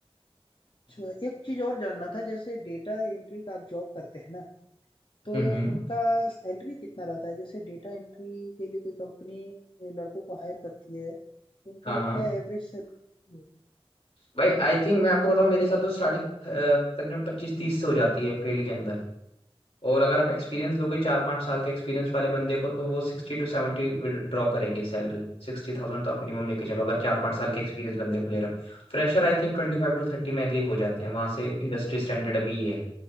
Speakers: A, on the left; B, on the left.
A: अच्छा एक चीज और जानना था जैसे डेटा एंट्री का आप जॉब करते हैं ना तो
B: हम्म
A: उनका सैलरी कितना रहता है जैसे डेटा एंट्री के लिए कोई कंपनी लड़कों को हायर करती है तो उनको
B: हाँ हाँ
A: क्या एवरेज सैलरी देती होगी
B: भाई आई थिंक मैं आपको बताऊँ मेरे साथ तो स्टार्टिंग तकरीबन पच्चीस तीस से हो जाती है फील्ड के अंदर और अगर आप एक्सपीरियंस लोगे चार पाँच
A: पच्चीस
B: साल के
A: तीस
B: एक्सपीरियंस
A: हजार
B: वाले बंदे को तो वो सिक्सटी टू सेवेंटी ड्रॉ करेंगे सैलरी सिक्सटी थाउजेंड तो आप मिनिमम लेके
A: तो
B: चलो अगर चार पाँच साल के एक्सपीरियंस बंदे को ले रहे हो Fresher I think twenty five to thirty में एग्री हो जाते हैं वहां से इंडस्ट्री स्टैंडर्ड अभी ये है